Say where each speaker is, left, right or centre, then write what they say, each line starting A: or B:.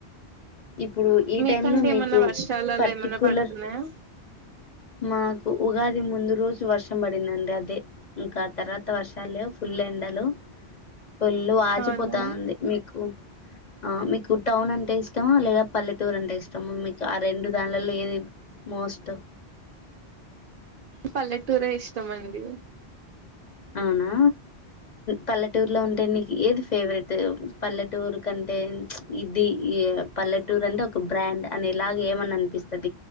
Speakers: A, on the left (about 45°); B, on the right (about 60°).
A: ఇప్పుడు ఈ
B: మీకంటే
A: టైమ్ లో మీకు
B: ఏమన్నా వర్షాలు అలా
A: పర్టికులర్
B: ఏమన్నా పడుతున్నాయా
A: మాకు ఉగాది ముందు రోజు వర్షం పడిందండి అదే ఇంకా తర్వాత వర్షం ఫుల్ ఎండలు ఫుల్ వాచిపోతా
B: అవునా
A: ఉంది మీకు ఆ మీకు టౌన్ అంటే ఇష్టమా లేదా పల్లెటూరు అంటే ఇష్టమా మీకు ఆ రెండు దానిలో ఏది మోస్ట్లీ
B: పల్లెటూరే ఇష్టమ అండి
A: అవునా పల్లెటూరులో ఉంటే నీకు ఏది ఫేవరెట్ పల్లెటూరు కంటే ఇది పల్లెటూరు అంటే ఒక బ్రాండ్ అని ఇలాగ ఏమని అనిపిస్తుంది